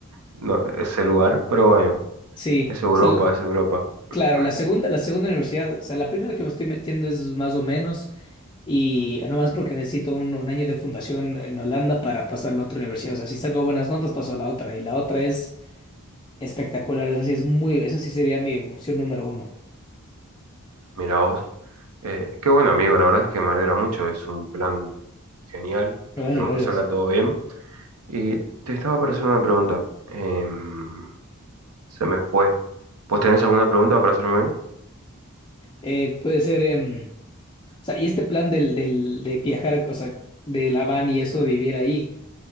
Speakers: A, on the right; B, on the left.
A: no, ese lugar, pero bueno,
B: sí.
A: es
B: O
A: Europa,
B: sea,
A: es Europa.
B: claro,
A: <clears throat>
B: la segunda, la segunda universidad, o sea, la primera que me estoy metiendo es más o menos. Y nomás porque necesito un, un año de fundación en, en Holanda para pasar a la otra universidad. O sea, si saco buenas notas, paso a la otra. Y la otra es Espectacular, esa sí es muy, esa sí sería mi opción número uno.
A: Mira vos. Eh, qué buen amigo, la verdad es que me alegra mucho, es un plan genial,
B: Gracias,
A: esperemos
B: gracias.
A: que salga todo bien. Y te estaba para hacer una pregunta. Em, se me fue. ¿Pues tenés alguna pregunta para hacerme a mí?
B: Eh, puede ser, em, o sea, y este plan del, del, de viajar, o sea, de la van y eso, vivir ahí,